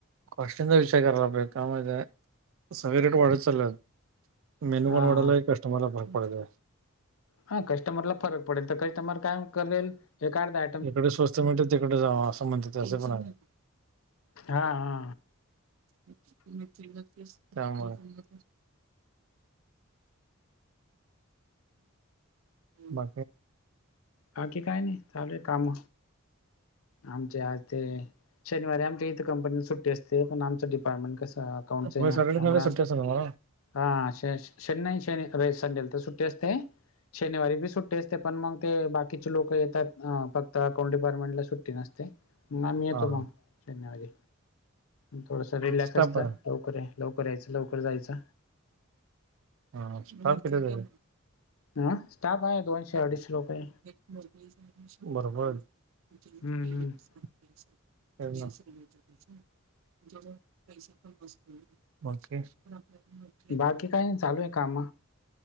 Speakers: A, on the right; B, on the left.
A: कॉस्टीनचा विचार करायला आप कामध्ये सगळे रेट वाढत चालत मेन्यू
B: हा
A: कोड वाडालाही कस्टमर लाला भर पडत आहे
B: हा कस्टमरला फरक पडेल तर कस्टमर काय करेल एका दा
A: इकडे स्वस्त म्हणते तिककडे जावं असं म्हणतात असं पण आहे
B: हा हा
A: <unintelligible> बा
B: बाकी काय नाही चाल काम आमचे आज ते शनिवारी आमच्या इथे कंपनीला सुट्टी असते पण आमच डिपार्टमेंट कस अकाउंटच आहे
A: होय
B: ना
A: सॅटर्डे
B: त्यामुळे
A: संडे सुट्टी असते तुम्हाला?
B: हा श शनई शन संडेला तर सुट्टी असते शनिवारी बी सुट्टे असते पण मग ते बाकीचे लोक येतात अक् आता अकां डिपार्टमेंट ला सुट्टी नसते मग आम्ही येतो
A: हा हा
B: मग शनिवारी थोडासा रिलॅक्स
A: किती स्टाफ
B: असत
A: आहे?
B: लवकर आहे लवकर यायचं लवकर जायचं
A: हा स्टाफ किती आहे
B: हा स्टाप आहे दोनशे अडीचशे रुपये
A: श मरवाद
B: हम्म हम्म
A: ह <inaudible>
B: बाकी काय चालू आहे काम